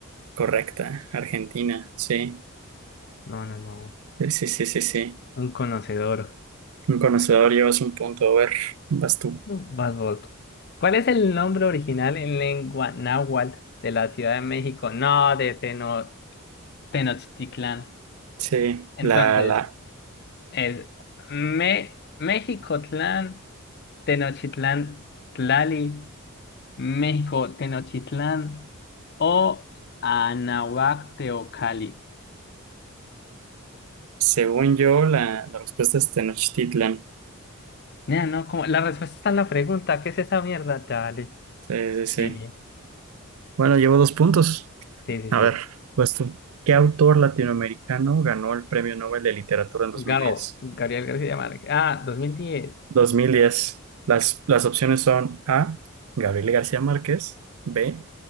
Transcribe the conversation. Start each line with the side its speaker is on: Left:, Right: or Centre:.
Right: correcta, Argentina, sí.
Left: No, no, no.
Right: Sí, sí, sí, sí, sí.
Left: Un conocedor.
Right: Un conocedor llevas un punto, a ver, vas tú.
Left: No. Vas vos. ¿Cuál es el nombre original en lengua náhuatl de la Ciudad de México? No, de Teno- Tenochtitlán.
Right: Sí,
Left: Entonces,
Right: la, la,
Left: es Me México Tlán, Tenochtitlán Tlali. México, Tenochtitlán o Anahuac, Teocalli.
Right: según yo, la, la respuesta es Tenochtitlan.
Left: Nea, no, como la respuesta está en la pregunta. ¿Qué es esta mierda, Charlie?
Right: Sí, sí, sí.
Left: Sí,
Right: Bueno, llevo dos puntos.
Left: sí, sí.
Right: A
Left: sí.
Right: ver, pues tú, ¿qué autor latinoamericano ganó el Premio Nobel de Literatura en dos
Left: Gabo,
Right: Dos mil diez?
Left: Gabriel García Márquez. Ah, 2010.
Right: dos mil diez. Las, las opciones son A, Gabriel García Márquez, B,